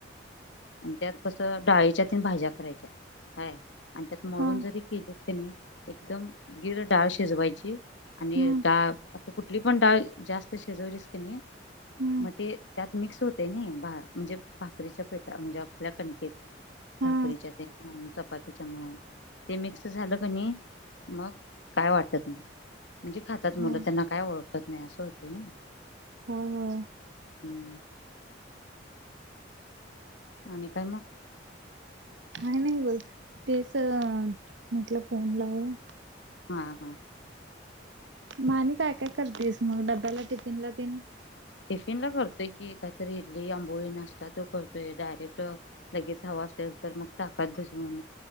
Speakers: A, on the left; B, on the right.
A: आणि त्यात कसं डाळीच्यातील भाज्या करायच्या हय आणि त्यात मळून
B: हा.
A: जरी केले तनी एकदम गिर डाळ श जवायची आणि
B: हम्म
A: डाळ आता कुठली पण डाळ जास्त शिजवलीस क नाही
B: हम्म
A: मग ते त्यात मिक्स होतय ना भा म्हणजे भाकरीच्या पेठा म् णजे आपल्या कणकेत
B: हा.
A: भाकरीच्या ते म्हण चपातीच्या म्हण ते मिक्स झालं क नाही मग काय वाटत नाही म्हणजे खातात
B: हो
A: मुलं त्यांना काय ओळखत नाही असं होत ना
B: होय होय.
A: हम्म <unintelligible> आणि काय मग <unintelligible> <unintelligible>
B: खाय नाही बोल. तेच म्हटलं फोन लावू.
A: हा हा.
B: म आणि काय काय करतेस मग डब्याला टिफिन ला तेन.
A: टिफिन ला करतोय की काहीतरी इडली, आंबोळी, नाश्ता तो करतोय डायरेक्ट लगेच हवा असेल तर मग ताकात भिजवून